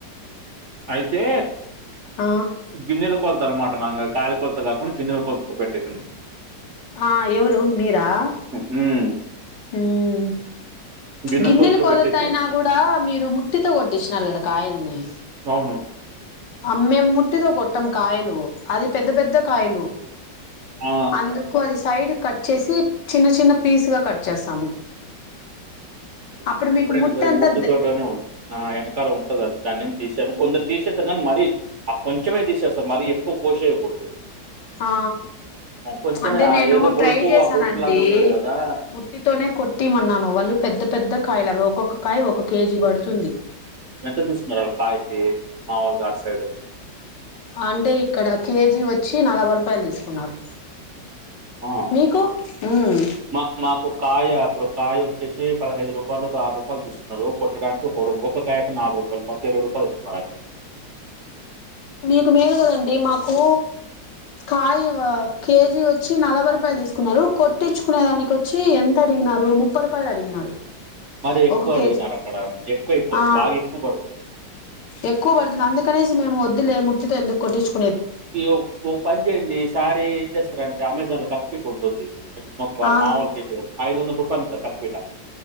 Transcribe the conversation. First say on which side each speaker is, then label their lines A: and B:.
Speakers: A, on the right; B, on the left.
A: అయితే
B: ఆ
A: గిన్నెలో కొలత అనమాట నాం కాయల కొలత కాకుండా గిన్నెల కొలత పెట్టిన్నా
B: ఆహ్ ఎవరు మీరా
A: హ్మ్.
B: హమ్
A: గిన్నెల
B: గిన్నెలు
A: కొలతలో
B: కొలత
A: పెట్టేసి
B: అయినా కూడా మీరు ముట్టితో కొట్టించినారు కదా కాయల్ని
A: అవును.
B: అమ్మే ముట్టితో కొట్టం కాయలు అది పెద్ద పెద్ద కాయలు
A: ఆ!
B: అందుకు అది సైడ్ కట్ చేసి చిన్న చిన్న పీస్ గా కట్ చేస్తాము అప్పుడు
A: నేను
B: మీకు
A: ఎప్పుడైనా
B: ముట్ట
A: సరే
B: అంతా
A: ముట్టితోటనే వెనకాల ఉంటది అది దాన్నించి తీసేము కొందరు తీసేస్తా కానీ మరి ఆ కొంచెమే తీసేస్తాం మర ఎక్కువ కో సేయకూడదు
B: ఆ
A: కొంచెమే
B: అంటే
A: అదేదో
B: నేను
A: బొడుపు
B: ట్రై చేశానండి
A: ఆ బొడుపులాగా ఉంటది గదా!
B: ముట్టి తోనే కొట్టిమన్నాను వాళ్ళు పెద్ద పెద్ద కాయల ఒక్కొక్క కాయ ఒక కేజీ పడుతుంది
A: ఎంత తీసుకున్నన్నారు ఒక కాయకి మామూలుగా అటు సైడు
B: అంటే ఇక్కడ కేజీ వచ్చి నలభై రూపాయలు తీసుకున్నారు
A: ఆ!
B: మీకు ఉమ్
A: మా మాకు కాయ ఇప్పుడు కాయ వచ్చేసి పదిహైదు రూపాయలు ఒక ఆరు రూపాయలు తీసుకున్నారు కొట్టడానికి ఒక ఒకక్క కాయకి నాలుగు రూపాయలు కొంత మంది ఇరవై రూపాయలు తీసుకున్నారు
B: మీకు మేలు కదండి మాకు కాయ కేజీ వచ్చి నలభై రూపాయలు తీసుకున్నారు కొట్టిచ్చుకునే దాక వచ్చి ఎంత అడిగిన ముఫై రూపాయలు అడిగినారు
A: మర ఎక్కువ
B: ఒక కేజీ
A: అడిగినారు అక్కడ ఎక్కువ అయిపోతుంది
B: ఆ
A: బాగా ఎక్కువ పడుతుంది
B: ఎక్కువ పడుతుంది అందుకనేసి మేము వద్దులే ముట్తో ఎందుకు కొట్టించుము
A: ఈ పని చేయండి ఈసారి ఏం చేస్తారంటే అమెజాన్ లో కత్తి పీట పెట్టి ఉంటుంది ఎ మొకువి
B: ఆ
A: మామూలు చేసే ఐదు వందల రూపాయలు ఉంటుంది కత్తి పీట